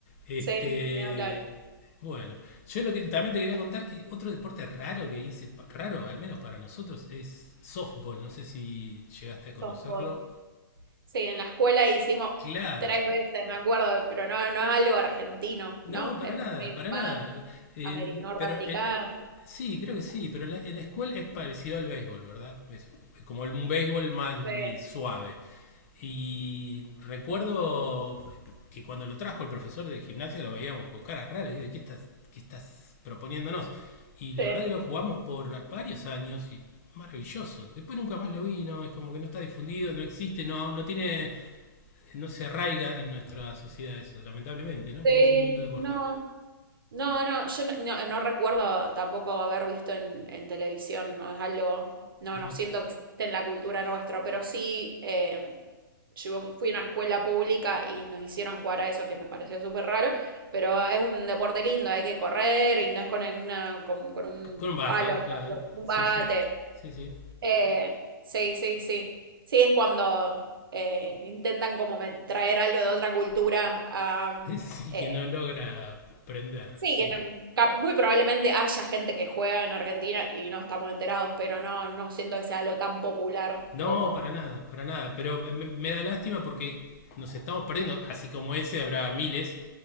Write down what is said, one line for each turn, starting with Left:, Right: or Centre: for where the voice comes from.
Left: Este,
Right: Sí, ni hablar.
Left: bueno, yo lo que también te quería contar que otro deporte raro que hice, pa- raro al menos para nosotros, es softball. No sé si llegaste a conocerlo.
Right: Softball. Sí, en la escuela hicimos
Left: Claro,
Right: tres veces, me acuerdo, pero no, no es algo argentino,
Left: No,
Right: ¿no?
Left: para
Right: Es
Left: nada,
Right: muy
Left: para nada.
Right: más
Left: Eh,
Right: ameri- norteamericano.
Left: pero eh, sí, creo que sí, pero en la, en la escuela es parecido al béisbol, ¿verdad? Es, es como el, un béisbol más eh,
Right: Sí,
Left: suave. Y recuerdo que cuando lo trajo el profesor de gimnasia lo veíamos con caras raras, y dije, ¿qué estás, qué estás proponiéndonos? Y la
Right: sí.
Left: verdad que lo jugamos por varios años y maravilloso. Después nunca más lo vi, no, es como que no está difundido, no existe, no, no tiene, no se arraiga en nuestra sociedad eso, lamentablemente, ¿no?
Right: Sí,
Left: Porque es un lindo deporte.
Right: no. No, no, yo no, no- no recuerdo tampoco haber visto en, en televisión, no es algo, no,
Left: No,
Right: no siento que esté en la cultura nuestra, pero sí, eh, yo iba- fui a una escuela pública y nos hicieron jugar a eso que me pareció súper raro, pero es un deporte lindo, hay que correr y no es con una, con, con un
Left: C- combate,
Right: palo, ¿no?
Left: claro.
Right: Con un
Left: Sí,
Right: bate.
Left: sí, sí, sí.
Right: Eh, sí, sí, sí. Sí, es cuando eh, intentan como me- traer algo de otra cultura a...
Left: <laughs> Sí,
Right: eh,
Left: que no logra prender,
Right: Sí,
Left: sí.
Right: que no- cap- muy probablemente haya gente que juega en Argentina y no estamos enterados, pero no, no siento que sea algo tan popular
Left: No,
Right: como
Left: para nada, para nada. Pero me, me da lástima porque nos estamos perdiendo. Así como ese, habrá miles